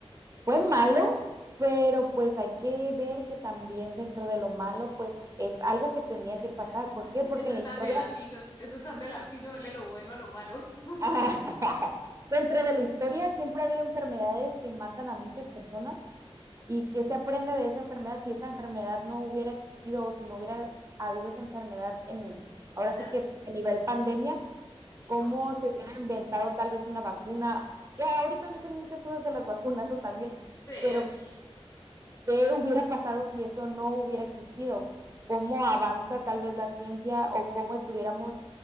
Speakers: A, on the right; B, on the left.
A: fue malo, pero pues hay que ver que también dentro de lo malo, pues es algo que tenía
B: Es,
A: que pasar.
B: <laughs>
A: ¿Por qué? Porque
B: esos
A: en
B: están
A: la historia,
B: de latinos, esos están de latino, dele lo bueno a lo malo. <laughs>
A: <laughs> dentro de la historia siempre ha habido enfermedades que matan a muchas personas y que se aprende de esa enfermedad si esa enfermedad no hubiera existido o si no hubiera habido esa enfermedad en, ahora
B: Quizás,
A: sí que a nivel pandemia,
B: pues sí,
A: cómo
B: ¿no? Que-
A: se hubiera inventado tal vez una vacuna. Ya ahorita dicen muchas cosas de las vacunas, ¿no? También,
B: Sí, es.
A: pero ¿Qué hubiera pasado si eso no hubiera existido? ¿Cómo avanza tal vez la ciencia o cómo estuviéramos